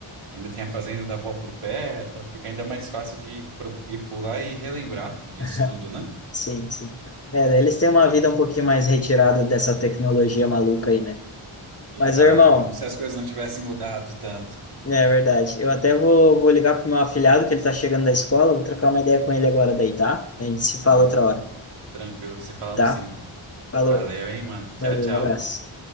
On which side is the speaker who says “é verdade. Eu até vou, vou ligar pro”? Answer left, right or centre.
Left